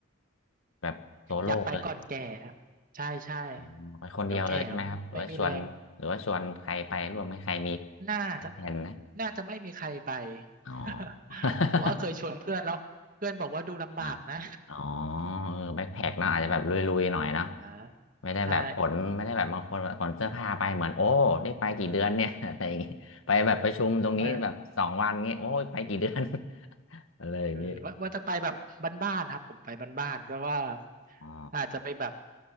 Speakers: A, on the left; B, on the right.
A: แบบโซโล่เลย
B: อยากไปก่อนแก่ครับใช่ใช่
A: อืมไปคนเดียวเลยใช่ไหมครับหรือว่าชวนหรือว่าชวนใครไปร่วมไหมใครมี
B: เดี๋ยวแก่แล้วไม่มีแรง น่าจะ
A: มีแผนนะ
B: น่าจะไม่มีใครไป
A: อ๋อ
B: <laughs>
A: <laughs>
B: เพราะว่าเคยชวนเพื่อนแล้วเพื่อนบอกว่าดูลำบากนะ
A: อ่ะอ๋อเออแบ็คแพ็คเนาะอาจจะแบบลุยๆหน่อยเนาะ
B: <laughs> อ่
A: ไม่ได้แบบขนไม่ได้แบบบางคนแบบขนเสื้อผ้าไปเหมือนโอ้นี่ไปกี่เดือนเนี่ย
B: ใช่
A: <laughs> อะไรอย่างงี้ไปแบบประชุมตรงนี้แบบสองวันเงี้ยโอ้ยไปกี่เดือน
B: โอ๋ไม่
A: <laughs> อะไรอย่างงี้
B: เออว่าว่าจะไปแบบบ้านๆครับผมไปบ้านๆก็ว่า
A: อ๋อ
B: อาจจะไปแบบ